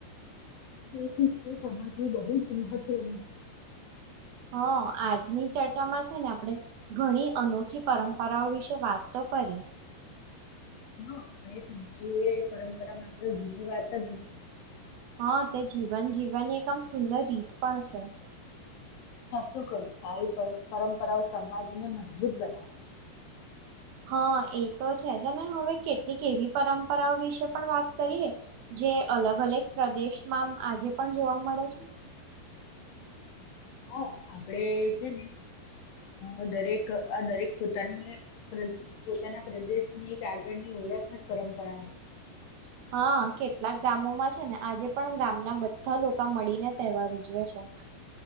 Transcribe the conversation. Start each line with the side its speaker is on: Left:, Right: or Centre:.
Left: તે શીખ સમાજ બહુ જ મહત્વની હોય.
Right: હ, આજની ચર્ચામાં છે ને આપણેે ઘણી અનોખી પરંપરાઓ વિશે વાત તો કરી.
Left: હા, પણ એ સમજી એ પરંપરા માત્ર જૂની વાત જ નથી.
Right: હા, તે જીવન જીવવાની એક આમ સુંદર રીત પણ છે.
Left: સાચું કહ્યું, સારી પરંપરાઓ સમાજને મજબૂત બનાવે છે.
Right: હા, એ તો છે જ, અને હવે કેટલીક એવી પરંપરાઓ વિશે પણ વાત કરીએ. જે અલગ અલગ પ્રદેશમાં આજે પણ જોવા મળે છે.
Left: હા, આપડે છે ને. અ દરેક-દરેક પોતાની પોતાના પ્રદેશની એક આગળની ઓડ પરંપરા.
Right: <unintelligible> હા, કેટલાક ગામોમાં છે ને, આજે પણ ગામના બધા લોકો મળીને તહેવાર ઉજવે છે. <unintelligible>